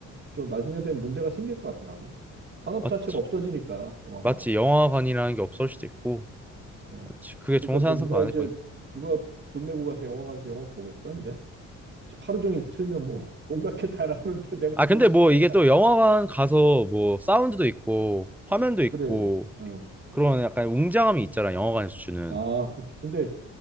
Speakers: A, on the right (about 35°); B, in the centre.
A: 좀 나중에 되면 문제가 생길 것 같더라고. 산업
B: 맞지
A: 자체가 없어지니까 영화가.
B: 맞지 영화관이라는 게 없을 수도 있고
A: 어.
B: 맞지 그게
A: 그러니까
B: 정사하는
A: 뭐
B: 사람도
A: 누가
B: 많을
A: 이제
B: 거니까
A: 누가 돈 내고 가서 영화관에서 영화 보겠어 이제? 집 하루 종일 틀면 뭐 <laughs> 온갖 게 다 나오는데 내가
B: 아 근데
A: 보고 싶은
B: 뭐
A: 게
B: 이게
A: 다
B: 또 영화관 가서 뭐 사운드도
A: 나와. 어.
B: 있고 화면도 있고
A: 그래 그래. 어.
B: 그런 약간 웅장함이 있잖아 영화관에서 주는
A: 아 그치. 근데